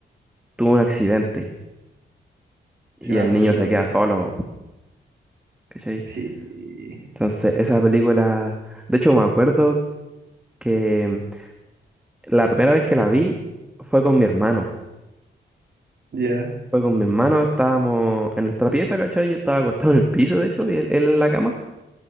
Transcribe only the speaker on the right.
Sí me
acuerdo.
Sí.
Ya,